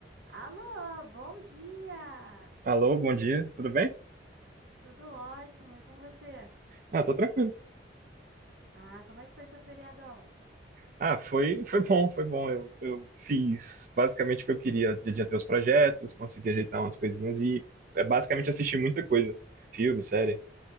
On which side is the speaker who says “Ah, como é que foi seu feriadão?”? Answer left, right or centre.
Right